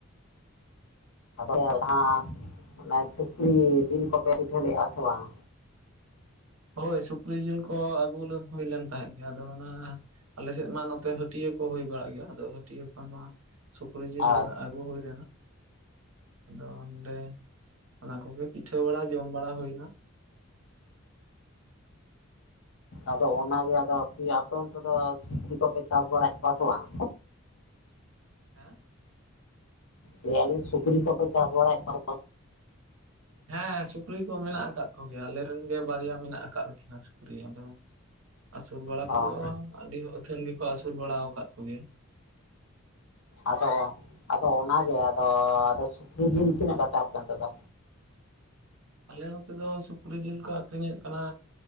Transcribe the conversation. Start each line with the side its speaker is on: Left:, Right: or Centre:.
Left: ᱟᱫᱚ ᱡᱟᱦᱟᱸ ᱚᱱᱮ ᱥᱩᱠᱨᱤ ᱡᱤᱞ ᱠᱚᱯᱮ ᱯᱤᱴᱷᱟᱹ ᱞᱮᱫᱼᱟ ᱥᱮ ᱵᱟᱝ?
Right: ᱦᱳᱭ ᱥᱩᱠᱨᱤ ᱡᱤᱞ ᱠᱚ ᱟᱹᱜᱩ ᱦᱩᱭ ᱞᱮᱱ ᱛᱟᱦᱮᱸᱫ ᱜᱮ ᱟᱫᱚ᱾ ᱚᱱᱟ ᱟᱞᱮ ᱥᱮᱫ ᱢᱟ ᱱᱚᱛᱮ ᱦᱟᱹᱴᱭᱟᱹ ᱠᱚ ᱦᱩᱭ ᱵᱟᱲᱟᱜ ᱜᱮᱭᱟ ᱟᱫᱚ ᱦᱟᱹᱴᱭᱟᱹ ᱠᱷᱚᱱ ᱱᱚᱣᱟ᱾ ᱥᱩᱠᱨᱤ ᱡᱤᱞ
Left: ᱟᱪᱪᱷᱟ
Right: ᱟᱹᱜᱩ ᱦᱩᱭ ᱞᱮᱱᱟ᱾ ᱟᱫᱚ ᱚᱸᱰᱮ ᱚᱱᱟ ᱠᱚᱜᱮ ᱯᱤᱴᱷᱟᱹ ᱵᱟᱲᱟ ᱡᱚᱢ ᱵᱟᱲᱟ ᱦᱩᱭᱱᱟ᱾
Left: ᱟᱫᱚ ᱚᱱᱟᱜᱮ ᱟᱫᱚ ᱟᱯᱮ ᱚᱱᱛᱮ ᱫᱚ ᱥᱩᱚᱵᱡᱤ ᱠᱚᱯᱮ ᱪᱟᱥ ᱵᱟᱲᱟᱭᱮᱫ ᱠᱚᱣᱟ ᱥᱮ ᱵᱟᱝ?
Right: ᱦᱮᱸ
Left: ᱞᱟᱹᱮᱫᱭᱟᱞᱤᱧ ᱥᱩᱠᱨᱤ ᱠᱚᱯᱮ ᱪᱟᱥ ᱵᱟᱲᱟᱭᱮᱫ ᱠᱚᱣᱟ᱾
Right: ᱦᱮᱸ ᱥᱩᱠᱨᱤ ᱠᱚ ᱢᱮᱱᱟᱜ ᱟᱠᱟᱫ ᱠᱚᱜᱮᱭᱟ ᱟᱞᱮᱨᱮ ᱨᱮᱱ ᱜᱮ ᱵᱟᱨᱭᱟ ᱢᱮᱱᱟᱜ ᱟᱠᱟᱫ ᱠᱤᱱᱟ᱾ ᱥᱩᱠᱨᱤ ᱟᱫᱚ ᱟᱹᱥᱩᱞ ᱵᱟᱲᱟ
Left: ᱚ
Right: ᱠᱚᱫᱚ ᱟᱹᱰᱤ ᱟᱹᱛᱷᱟᱹᱱ ᱜᱮᱠᱚ ᱟᱹᱥᱩᱞ ᱵᱟᱲᱟ ᱟᱠᱟᱫ ᱠᱚᱜᱮᱭᱟ᱾
Left: ᱟᱫᱚ ᱟᱫᱚ ᱚᱱᱟᱜᱮ ᱟᱫᱚ ᱟᱫᱚ ᱥᱩᱠᱨᱤ ᱡᱤᱞ ᱛᱤᱱᱟᱹᱜ ᱠᱟᱛᱟᱣ ᱠᱟᱱᱛᱮ ᱫᱚ?
Right: ᱟᱞᱮ ᱱᱚᱛᱮ ᱫᱚ ᱥᱩᱠᱨᱤ ᱡᱤᱞ ᱠᱚ ᱟᱹᱠᱷᱨᱤᱧᱮᱫ ᱠᱟᱱᱟ᱾